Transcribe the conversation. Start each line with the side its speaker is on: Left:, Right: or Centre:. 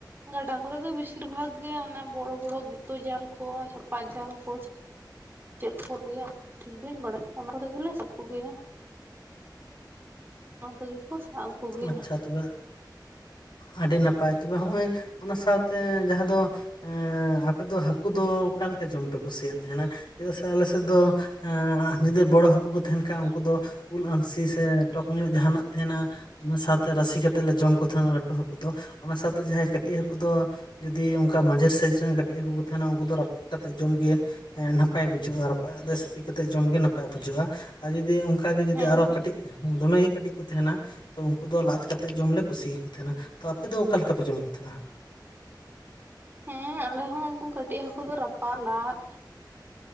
Right: ᱜᱟᱰᱟ ᱠᱚᱨᱮ ᱫᱚ ᱵᱮᱥᱤᱨ ᱵᱷᱟᱜᱽ ᱜᱮ ᱵᱚᱲᱚ ᱵᱚᱲᱚ ᱜᱤᱛᱟᱹ ᱡᱟᱞ ᱠᱚ ᱪᱟᱸᱯᱟ ᱡᱟᱞ ᱠᱚ ᱪᱮᱫ ᱠᱚ ᱞᱟᱹᱭᱟ ᱴᱷᱤᱠ ᱵᱟᱹᱧ ᱵᱟᱲᱟᱭᱟ ᱚᱱᱟ ᱠᱚᱛᱮᱜᱮᱞᱮ ᱥᱟᱵ ᱠᱚᱜᱮᱭᱟ ᱚᱱᱟ ᱛᱮᱜᱮ ᱠᱚ ᱥᱟᱵᱣᱟ
Left: ᱟᱪᱷᱟ ᱛᱚᱵᱮ
Right: <unintelligible>
Left: ᱟᱹᱰᱤ ᱱᱟᱯᱟᱭ ᱛᱚᱵᱮ ᱦᱚᱸᱜᱼᱚᱭ ᱚᱱᱟ ᱥᱟᱶᱛᱮ ᱡᱟᱦᱟᱸ ᱫᱚ ᱮ ᱟᱯᱮ ᱫᱚ ᱦᱟᱹᱠᱩ ᱫᱚ ᱚᱠᱟᱞᱮᱠᱟ ᱡᱚᱢ ᱯᱮ ᱠᱩᱥᱤᱭᱟᱜ ᱛᱟᱦᱮᱱᱟ ᱪᱮᱫᱟᱜ ᱥᱮ ᱟᱞᱮ ᱥᱮᱫ ᱫᱚ ᱮ ᱡᱩᱫᱤ ᱵᱚᱲᱚ ᱦᱟᱹᱠᱩ ᱠᱚ ᱛᱟᱦᱮᱱ ᱠᱷᱟᱱ ᱩᱱᱠᱩ ᱫᱚ ᱩᱞ ᱟᱹᱢᱥᱤ ᱥᱮ ᱴᱚᱠ ᱧᱚᱜ ᱡᱟᱦᱟᱱᱟᱜ ᱛᱟᱦᱮᱱᱟ ᱚᱱᱟ ᱥᱟᱶᱛᱮ ᱨᱟᱥᱮ ᱠᱟᱛᱮᱫ ᱞᱮ ᱡᱚᱢ ᱠᱚ ᱛᱟᱦᱮᱸᱱᱟ ᱞᱟᱹᱴᱩ ᱦᱟᱹᱠᱩ ᱫᱚ ᱚᱱᱟ ᱥᱟᱶᱛᱮ ᱡᱟᱦᱟᱸᱭ ᱠᱟᱹᱴᱤᱡ ᱦᱟᱹᱠᱩ ᱫᱚ ᱡᱩᱫᱤ ᱚᱱᱠᱟ ᱢᱟᱡᱷᱮᱨ ᱥᱟᱭᱤᱡ ᱨᱮᱱ ᱠᱟᱹᱴᱤᱡ ᱦᱟᱹᱠᱩ ᱠᱚ ᱛᱟᱦᱮᱱᱟ ᱩᱱᱠᱩ ᱫᱚ ᱨᱟᱯᱟᱜ ᱠᱟᱛᱮᱫ ᱡᱚᱢ ᱜᱮ ᱱᱟᱯᱟᱭ ᱵᱩᱡᱷᱟᱹᱜᱼᱟ ᱨᱟᱯᱟᱜ ᱠᱟᱛᱮ ᱥᱤᱯᱤ ᱠᱟᱛᱮᱜ ᱡᱚᱢᱜᱮ ᱱᱟᱯᱟᱭ ᱵᱩᱡᱷᱟᱹᱜᱼᱟ ᱟᱨ ᱡᱩᱫᱤ ᱚᱱᱠᱟᱜᱮ ᱡᱩᱫᱤ
Right: ᱦᱮᱸ
Left: ᱟᱨᱚ ᱠᱟᱹᱴᱤᱡ ᱫᱚᱢᱮ ᱜᱮ ᱠᱟᱹᱴᱤᱡ ᱠᱚ ᱛᱟᱦᱮᱱᱟ ᱛᱚ ᱩᱱᱠᱩ ᱫᱚ ᱞᱟᱫ ᱠᱟᱛᱮᱫ ᱡᱚᱢᱞ ᱞᱮ ᱠᱩᱥᱤᱭᱟᱠᱚ ᱛᱟᱦᱮᱱᱟ ᱛᱚ ᱟᱯᱮ ᱫᱚ ᱚᱠᱟ ᱞᱮᱠᱟᱯᱮ ᱡᱚᱢᱮᱫ ᱠᱚ ᱛᱟᱦᱮᱱᱟ
Right: ᱦᱮᱸ ᱟᱞᱮ ᱦᱚᱸ ᱩᱱᱠᱩ ᱠᱟᱹᱴᱤᱡ ᱦᱟᱹᱠᱩ ᱫᱚ ᱨᱟᱯᱟ ᱞᱟᱫ